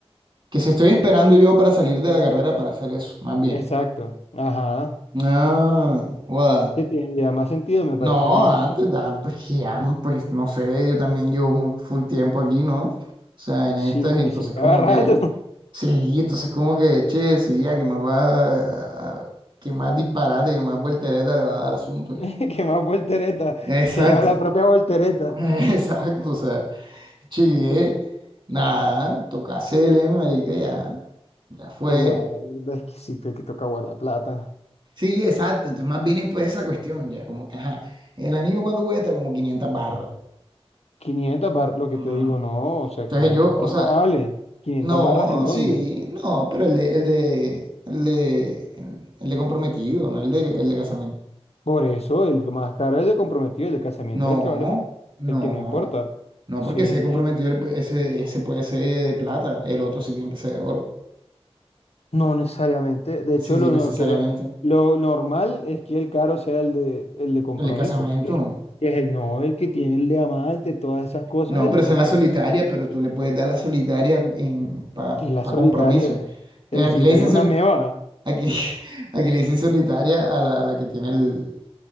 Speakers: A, on the right; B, on the left.
A: que si estoy esperando yo para salir de la carrera para hacer eso, más bien.
B: Exacto. Ajá.
A: Ah, guau.
B: Que tiene ya más sentido, me parece
A: No,
B: a mí.
A: antes, dan, pues, ya, pues no sé, yo también llevo muy full tiempo aquí, ¿no? O sea, en estas,
B: Sí,
A: y entonces
B: que sí,
A: como
B: lleva rato.
A: que, sí, entonces como que, che, sí, ya que más va, a- que más disparate, que más voltereta le va a dar al asunto,
B: <laughs>
A: ya.
B: Que más voltereta.
A: Exacto,
B: Se llama la propia voltereta.
A: <laughs> exacto, o sea, che, que, nada, toca hacerle, marica, ya, ya fue.
B: Pero ay, es que sí, que que toca guardar plata.
A: Sí, exacto, entonces más bien es pues esa cuestión, ya, como que, ajá, el anillo cuánto cuesta, como 500 barras.
B: 500 barras, lo que
A: Ujú.
B: te digo, no, o sea,
A: Entonces
B: 500
A: yo,
B: barras
A: o sea,
B: no vale. ¿500
A: No,
B: barras en dónde?
A: sí, no, pero el de, el de, el de, el, de comprometido, no el de, el de casamiento.
B: Por eso el más caro es el comprometido, el de casamiento
A: No,
B: es el que vale, un-
A: no,
B: el que no importa.
A: no,
B: Sí,
A: porque ese comprometido, el- ese, ese puede ser de plata, el otro sí tiene que ser de oro.
B: no necesariamente. De
A: Sí,
B: hecho,
A: sí,
B: lo,
A: necesariamente.
B: no- que lo, lo normal es que el caro sea el de, el de compromiso,
A: El de casamiento,
B: que, que es el no, el que tiene el diamante todas esas cosas,
A: no,
B: el
A: pero
B: de
A: esa
B: compromiso,
A: es la solitaria, pero tú le puedes dar la solitaria en, pa,
B: que es la
A: pa
B: solitaria.
A: compromiso. Eh,
B: En
A: aquí
B: la solitaria
A: le dicen,
B: es
A: sol-
B: una meba.
A: aquí, <laughs> aquí le dicen solitaria a la, a la que tiene el,